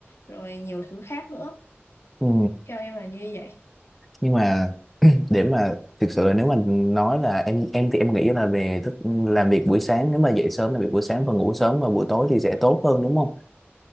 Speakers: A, on the left (about 70°); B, in the centre.
A: rồi nhiều thứ khác nữa.
B: ừ
A: Theo em là như vậy.
B: nhưng mà để mà thực sự là nếu mà nói là em em thì em nghĩ là về thức làm việc buổi sáng nếu mà dậy sớm làm việc buổi sáng và ngủ sớm vào buổi tối thì sẽ tốt hơn đúng không